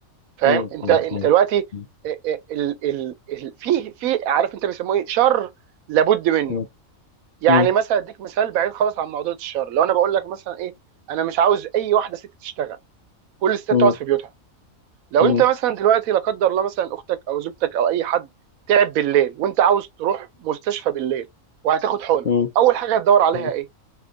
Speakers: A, on the right; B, on the left.
A: فاهم
B: مم.
A: انت
B: مم.
A: انت
B: ايوه
A: دلوقتي
B: مم.
A: ال ال ال ال- في في عارف انت بيسموه ايه شر لابد منه
B: مم.
A: يعني
B: مم.
A: مثلا اديك مثال بعيد خالص عن موضوع الشر لو انا بقول لك مثلا ايه انا مش عاوز اي واحده ست تشتغل كل الستات
B: مم.
A: تقعد في بيوتها لو
B: مم.
A: انت مثلا دلوقتي لا قدر الله مثلا اختك او زوجتك او اي حد تعب بالليل وانت عاوز تروح مستشفى بالليل وهتاخد حقنه
B: مم.
A: اول حاجه هتدور عليها
B: مم.
A: ايه